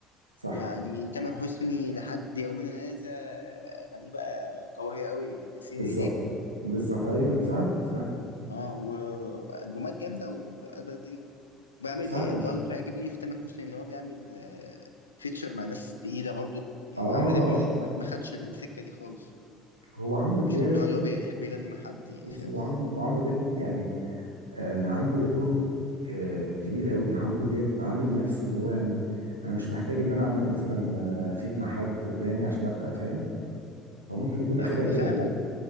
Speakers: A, on the right; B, on the left.
A: صح
B: يعني تامر حسني لحد يومنا هذا اغانيه بقى قويه قوي نسيني
A: بالظبط
B: ليه
A: بالظبط ايوه فعلا فعلا
B: اه والبومات جامده وقلب الدنيا بيعمل
A: فعلا
B: بي- برضه بيعجبني في تامر حسني ان هو بيعمل آه، فيتشر مع ناس تقيله برضه يعني
A: اه
B: عمرو دياب ما ما خدش السكه دي خالص
A: هو عمرو دياب
B: مش من النوع اللي هو بيحب يغني مع حد يعني
A: بص
B: فاهم
A: هو عم هو عمرو دياب يعني آه عنده ايجو آه كبير قوي عمرو دياب عامل نفسه اللي هو يعني انا مش محتاج ان انا اعمل مثلا آه، فيت مع حد تاني عشان ابقى فاهم هو ممكن يكون
B: يعني
A: اخدها
B: ما انا
A: كده
B: فاهمك